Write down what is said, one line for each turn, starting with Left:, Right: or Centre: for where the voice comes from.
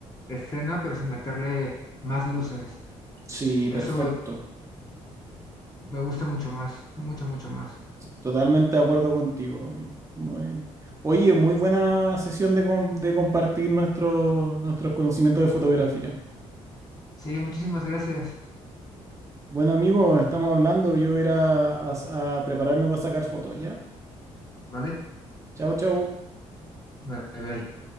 Left: escena, pero sin meterle más luces.
Right: Sí,
Left: Eso
Right: perfecto.
Left: me gusta mucho más, mucho, mucho más.
Right: Totalmente de acuerdo contigo, amigo. Muy... Oye, muy buena sesión de, com- de compartir nuestro- nuestros conocimientos de fotografía.
Left: Sí, muchísimas gracias,
Right: Bueno, amigo, estamos hablando. Yo voy a ir a, a a prepararme para sacar fotos, ¿ya?
Left: ¿vale?
Right: Chao, chao.
Left: Bye, bye.